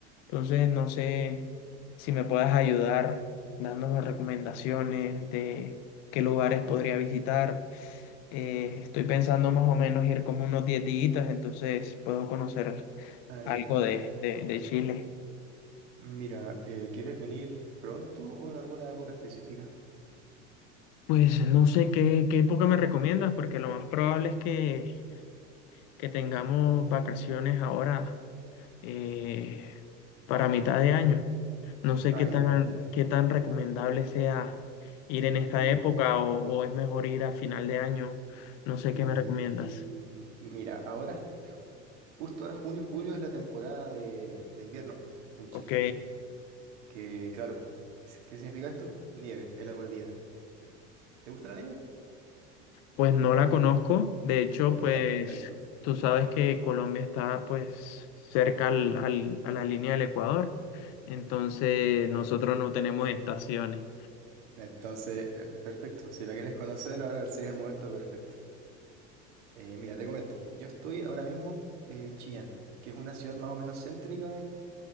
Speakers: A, on the left (about 65°); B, on the right (about 85°).
A: Entonces, no sé si me puedas ayudar dándome recomendaciones de qué lugares podría visitar. Eh, estoy pensando más o menos ir como unos 10 días, entonces puedo conocer
B: Ah, ya.
A: algo de,
B: eh,
A: de, de Chile.
B: mira, eh, ¿quieres venir pronto o en alguna época específica?
A: Pues no sé qué, qué época me recomiendas, porque lo más probable es que que tengamos vacaciones ahora eh, para mitad de año. No sé
B: Ah,
A: qué tan,
B: ya.
A: qué tan recomendable sea ir en esta
B: Junio.
A: época
B: ju-
A: o, o es mejor ir a final de año. No sé
B: Mm,
A: qué me recomiendas.
B: mira, ahora, justo ahora junio, julio es la temporada de, de invierno en Chile.
A: Ok,
B: Que claro, ¿qué si- qué significa esto? Nieve en la cordillera. ¿Te gusta la nieve?
A: pues no la conozco. De hecho,
B: Ya,
A: pues
B: entonces,
A: tú sabes que Colombia está pues cerca al- al- a la línea del Ecuador. Entonces nosotros no tenemos estaciones.
B: entonces, eh, perfecto. Si la quieres conocer, ahora sería el momento perfecto. Eh, mira, te comento. Yo estoy ahora mismo en Chillán, que es una ciudad más o menos céntrica